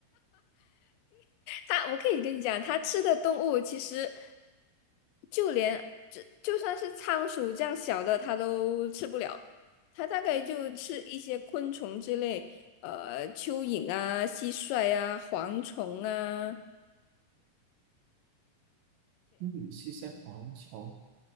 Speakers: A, on the left (about 80°); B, on the right (about 80°).
A: 它，我可以跟你讲，它吃的动物其实就连就就算是仓鼠这样小的，它都吃不了。它大概就吃一些昆虫之类，呃，蚯蚓啊、蟋蟀啊、蝗虫啊，
B: 嗯，是些蝗虫，